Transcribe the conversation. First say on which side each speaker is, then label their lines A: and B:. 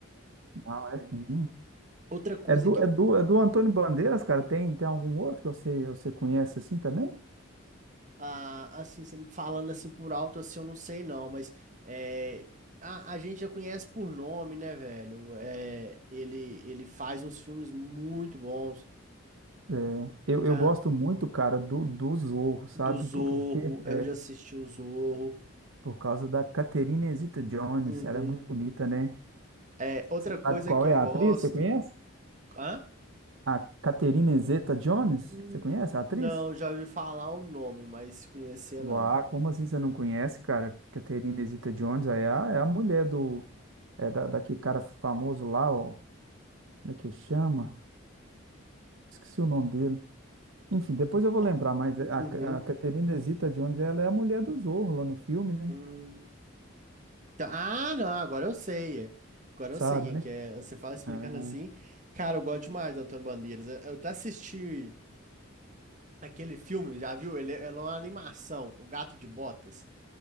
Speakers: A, on the right; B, on the right.
A: não, é sim.
B: Outra coisa
A: É do,
B: que eu,
A: é do, é do Antônio Bandeiras, cara? Tem, tem algum outro que você, você conhece assim também?
B: Ah, assim, você me falando assim por alto, assim, eu não sei não, mas é, a, a gente já conhece por nome, né, velho? É, ele, ele faz uns filmes muito bons.
A: É, eu,
B: Cara,
A: eu gosto muito, cara, do, do Zorro, sabe?
B: do Zorro,
A: Por, por quê?
B: eu
A: É,
B: já assisti o Zorro.
A: por causa da Catherine Zeta-Jones.
B: Uhum.
A: Ela é muito bonita, né?
B: É, outra
A: Você
B: coisa
A: sabe qual
B: que eu
A: é a
B: gosto.
A: atriz? Você conhece?
B: Hã?
A: A Catherine Zeta-Jones?
B: Hum,
A: Você conhece a atriz?
B: Não, já ouvi falar o nome, mas conhecer
A: Uau,
B: não.
A: como assim você não conhece, cara? Catherine Zeta-Jones é a, é a mulher do... É da, daquele cara famoso lá, ó. Como é que chama? Esqueci o nome dele. Enfim, depois eu vou
B: O-
A: lembrar, mas
B: Uhum.
A: a, a Catherine Zeta-Jones, ela é a mulher do Zorro lá no filme, né?
B: hum. Tá- Ah, não, agora eu sei. Agora
A: Sabe,
B: eu sei quem
A: né?
B: que é. Você fala explicando
A: Ah,
B: assim. Cara, eu gosto demais do Antônio Bandeiras. Eu, eu até assisti aquele filme, já viu? Ele, é ele é uma animação, O Gato de Botas.